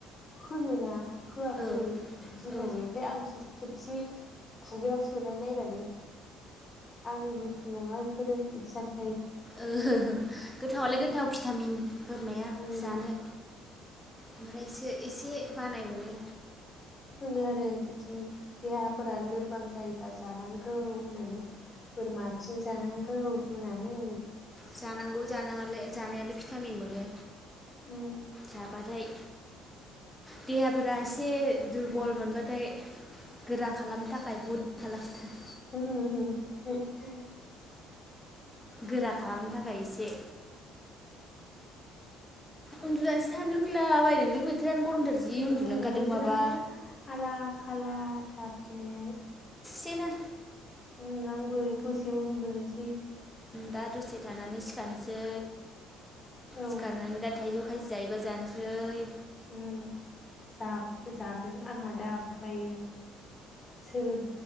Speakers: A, on the left (about 20°); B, in the centre.
A: होनोना होआखै
B: औ
A: बिदि होननानै
B: औ ओ
A: ओमफाय आं खिन्थु खेब से खुगायाव सोनाय नायबानो आंनि बुस थु नङा इफोरो इदि सान
B: ओ गोथावलाय
A: ओम
B: गोथाव भिटामिन बोरमाया
A: ओम
B: जानो। ओमफ्रायसो एसे बानाय मोनो।
A: होनो आरो बिदि देहाफोरा लोरबां जायोबा जानां गौ होननानै बोरमा आथिं जानांगौ होननानै
B: जानांगौ जानाङालाय जानायालाय भिटामिन मोनो
A: ओम
B: जाबाथाय। देहाफोरा एसे दुरबल मोनबाथाय गोरा खालामनो थाखाय बरिं खालामनो थाख
A: <unintelligible>
B: गोरा खालामनो थाखाय एसे उन्दुनानैसोनो लुगैलाबायदोंलै बोथोरानो गरमथार जि उन्दुनो
A: उम
B: ओंखारदों
A: बोथोरानो
B: माबा
A: आला खाला थार दिनैहाय।
B: बेनो
A: उम आंबो दसे उन्दुनोसै।
B: दा दसे थानानै सिखारसै
A: औ
B: सिखारनानै दा थाइजौ खाजि जायोबा जानोसै।
A: उम जा-जागोन आंहा दा ओमफ्रायो। सोल